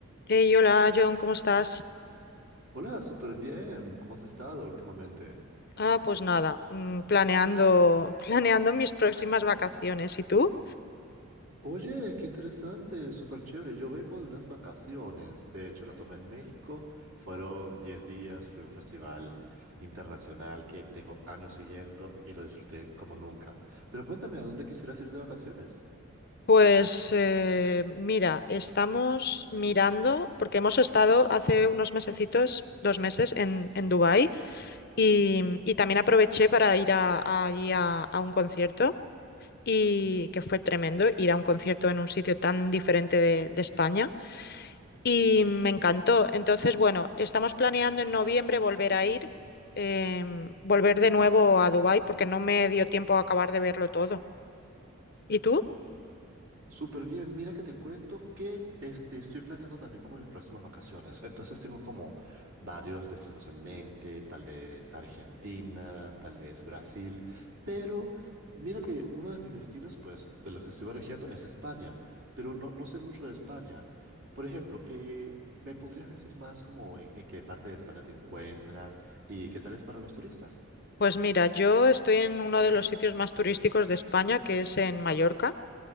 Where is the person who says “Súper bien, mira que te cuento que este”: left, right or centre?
Right